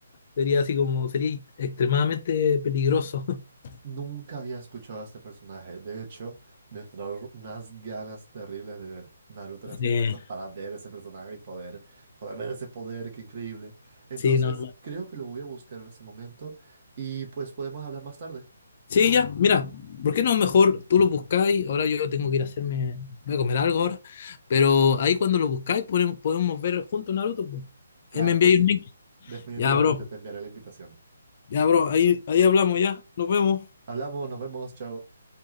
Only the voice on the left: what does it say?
Sería así como, sería extremadamente peligroso. <laughs>
Sí,
sí, no,
Sí, ya, mira, ¿por qué no mejor tú lo buscáis? Ahora yo tengo que ir a hacerme, voy a comer algo ahora, pero ahí cuando lo buscáis podemos, podemos ver juntos Naruto, pues.
Ahí me enviáis
un link.
Ya, bro,
ya, bro, ahí, ahí hablamos, ya, nos vemos.